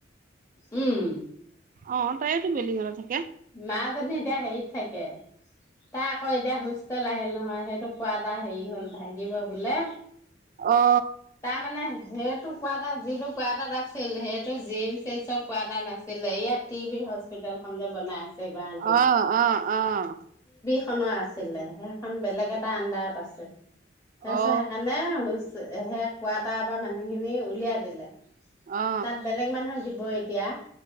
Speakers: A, on the left; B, on the right.
A: উম
B: অ', তাইওতো বিল্ডিঙ ঘৰত থাকে।
A: মাজনী এতিয়া হেৰিত থাকে তাই আকৌ এতিয়া হুষ্টেল আহিল নহয় সেইটো কোৱা পৰা হেৰি হ'ল ভাগিব বোলে।
B: অ
A: তাৰ মানে, সেইটো কোৱাটাৰ যিটো কোৱাটাত আছিল সেইটো জি এম চি এইচৰ কোৱাটাৰ নাছিলে ইয়াত টি বি হস্পিতটেল খন যে বনাই আছে গুৱাহাটীত
B: অহ, অহ, অহ।
A: সেখন আছিলে সেইখন বেলেগ এটা আণ্ডাৰত আছে। তাপিছত
B: অ
A: সেইকাৰণে এ হ'ল সে কোৱাটাৰ পৰা মানুহখিনি উলিয়াই দিলে।
B: অ
A: তাত বেলেগ মানুহৰ বি ব এতিয়া